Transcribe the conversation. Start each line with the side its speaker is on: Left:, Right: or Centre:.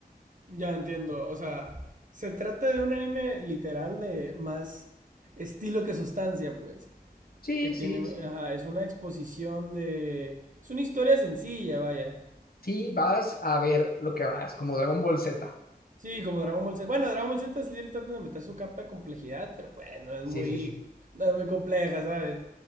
Right: Ya entiendo, o sea, se trata de un anime literal de más estilo que sustancia, pues,
Left: Sí,
Right: que tiene,
Left: sí, sí.
Right: ajá, es una exposición de, es una historia sencilla, vaya.
Left: Sí, vas a ver lo que vas, como Dragon Ball Z.
Right: Sí, como Dragon Ball Z. Bueno, Dragon Ball Z sí le trata de meter su capa de complejidad, pero pues no es
Left: Sí,
Right: muy,
Left: sí, sí.
Right: no es muy compleja, ¿sabes?